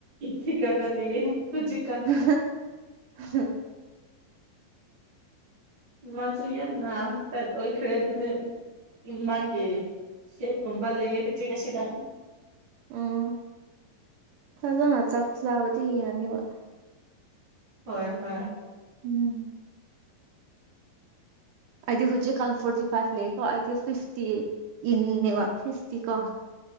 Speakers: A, on the right; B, on the right.
A: ꯁꯤ ꯈꯇꯥ ꯂꯩꯌꯦ ꯍꯧꯖꯤꯛ
B: ꯍꯥꯍꯥ ꯑꯍꯥ
A: ꯃꯥꯁꯨ ꯌꯥꯝꯅꯥ ꯐꯦꯠ ꯑꯣꯏꯈ꯭ꯔꯦ ꯑꯗꯨꯅꯦ ꯏꯃꯥꯀꯤ ꯁꯦꯞꯀꯨꯝꯕ ꯂꯩꯌꯦ ꯍꯧꯖꯤꯛ ꯑꯁꯤꯗꯥ
B: ꯎꯝ ꯐꯖꯅ ꯆꯥꯛ ꯆꯥꯕꯗꯤ ꯌꯥꯅꯤꯕ
A: ꯍꯣꯏ ꯍꯣꯏ
B: ꯎꯝ ꯑꯩꯗꯤ ꯍꯧꯖꯤꯛꯀꯥꯟ ꯐꯣꯔꯇꯤ ꯐꯥꯏꯚ ꯂꯩꯌꯦꯀꯣ ꯑꯩꯗꯤ ꯐꯤꯐꯇꯤ ꯏꯅꯤꯅꯦꯕ ꯐꯤꯐꯇꯤ ꯀꯣ <inaudible>